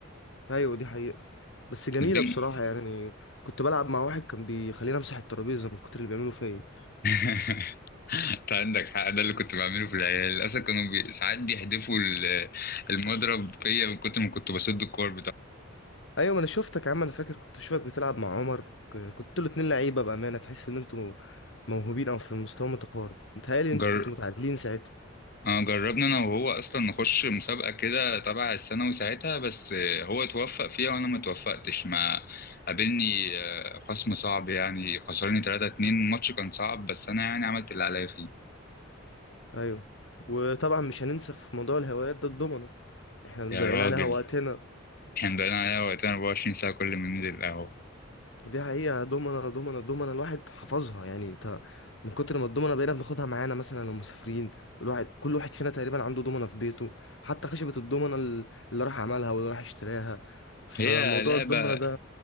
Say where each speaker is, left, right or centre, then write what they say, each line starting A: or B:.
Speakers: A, on the left; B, on the left.
A: ايوه دي حقيقه بس جميله
B: البنج
A: بصراحه يعني كنت بلعب مع واحد كان بيخليني امسح الترابيزه من كتر اللي بيعملوا فيا
B: <laughs> انت عندك حق ده اللي كنت بعمله في العيال اصلا كانوا بي... ساعات بيحدفوا ال- المضرب فيا من كتر ما كنت بسد الكور
A: ايوه ما انا شفتك يا عم انا فاكر كنت بشوفك بتلعب مع عمر ك- كنتوا الاتنين لعيبه بامانه تحس ان انتوا موهوبين او في مستوى متقارب متهيألي
B: بتاعه
A: انتوا كنتوا متعادلين ساعتها
B: آه، جربنا انا وهو اصلا نخش مسابقه كده تبع الثانوي ساعتها بس آه، هو توفق فيها وانا ما توفقتش ما قابلني آه، خصم صعب يعني خسرني 3 2 الماتش كان صعب بس انا يعني عملت اللي عليا فيه
A: ايوه وطبعا مش هننسى في موضوع الهوايات ده الضمنه احنا مضيعين
B: يا راجل
A: عليها وقتنا
B: احنا مضيعين عليها وقتنا 24 ساعه كل ما ننزل القهوه
A: دي حقيقه ضمنه ضمنه ضمنه الواحد حفظها يعني انت من كتر ما الضمنه بقينا بناخدها معانا مثلا لو مسافرين الواحد كل واحد فينا تقريبا عنده ضمنه في بيته حتى خشبه الضمنه اللي راح عملها واللي راح اشتراها فموضوع
B: هي لعبه
A: الضمنه ده